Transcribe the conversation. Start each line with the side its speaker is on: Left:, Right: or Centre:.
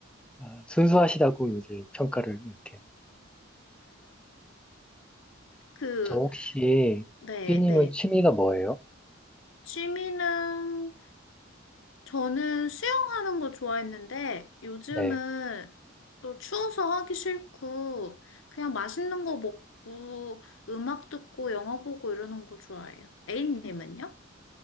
Centre: 아, 순수하시다고 이제 평가를 이렇게.
Left: 그,
Centre: 저 혹시,
Left: 네,
Centre: 삐님은
Left: 네.
Centre: 취미가 뭐예요?
Left: 취미는 저는 수영하는 거 좋아했는데 요즘은
Centre: 네.
Left: 또 추워서 하기 싫고 그냥 맛있는 거 먹고 음악 듣고 영화 보고 이러는 거 좋아해요. A님은요?